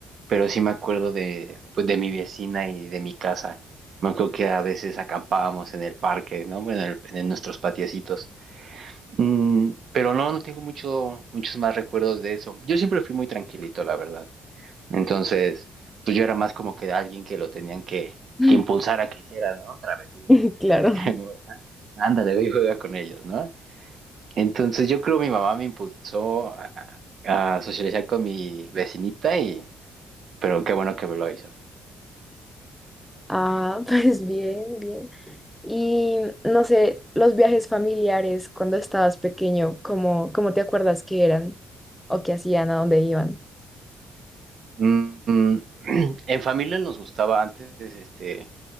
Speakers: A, on the right; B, in the centre.
A: pero sí me acuerdo de, pues, de mi vecina y de mi casa. Me acuerdo que a veces acampábamos en el parque, ¿no? Bueno, en, el- en nuestros patiecitos. Mm, pero no, no tengo mucho, muchos más recuerdos de eso. Yo siempre fui muy tranquilito, la verdad. Entonces, pues yo era más como que alguien que lo tenían que,
B: <laughs>
A: que impulsar a que hiciera, ¿no? Travesura.
B: <laughs> Claro.
A: <laughs> No, Ándale, voy y juega con ellos, ¿no? Entonces yo creo mi mamá me impulsó a, a socializar con mi vecinita y, pero qué bueno que me lo hizo.
B: Ah, pues bien, bien. Y no sé, los viajes familiares cuando estabas pequeño, ¿cómo, cómo te acuerdas que eran o qué hacían, a dónde iban?
A: Mm, en familia nos gustaba antes, este,